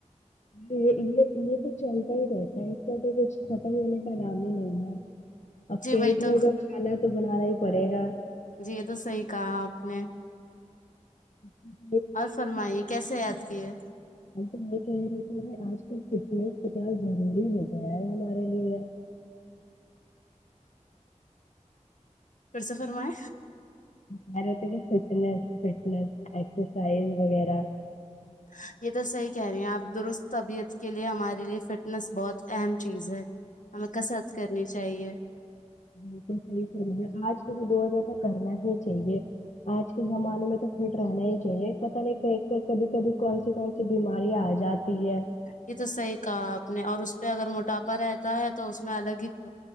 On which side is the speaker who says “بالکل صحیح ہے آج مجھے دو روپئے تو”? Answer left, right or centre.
Left